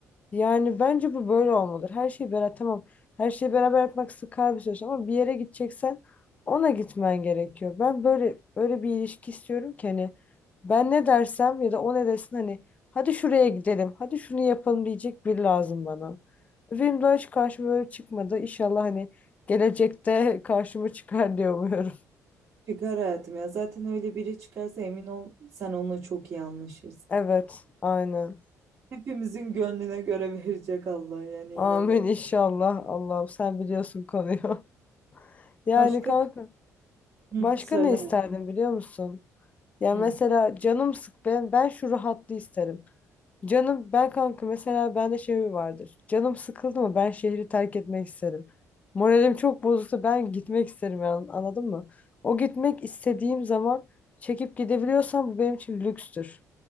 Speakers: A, on the left; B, on the right.
A: Yani bence bu böyle olmalıdır. Her şeyi beraber tamam. Her şeyi beraber yapmak sıkar bir süreç ama bir yere gideceksen ona gitmen gerekiyor. Ben böyle öyle bir ilişki istiyorum ki hani ben ne dersem ya da o ne desin hani hadi şuraya gidelim, hadi şunu yapalım diyecek biri lazım bana. Benim daha hiç karşıma böyle çıkmadı. İnşallah hani gelecekte <laughs> karşıma çıkar diye umuyorum.
B: Çıkar hayatım ya. Zaten öyle biri çıkarsa emin ol sen onunla çok iyi anlaşırsın.
A: Evet, aynen.
B: Hepimizin gönlüne göre <laughs> verecek Allah yani
A: Amin
B: inanıyorum.
A: inşallah. Allah'ım sen biliyorsun konuyu. <laughs> Yani
B: Başka?
A: kanka
B: Hı,
A: başka
B: söyle.
A: ne isterdin biliyor musun? Ya
B: Hı,
A: mesela canım sık ben ben şu rahatlığı isterim. Canım ben kanka mesela bende şey mi vardır. Canım sıkıldı mı ben şehri terk etmek isterim. Moralim çok bozulsa ben gitmek isterim yani anladın mı? O gitmek istediğim zaman çekip gidebiliyorsam bu benim için lükstür.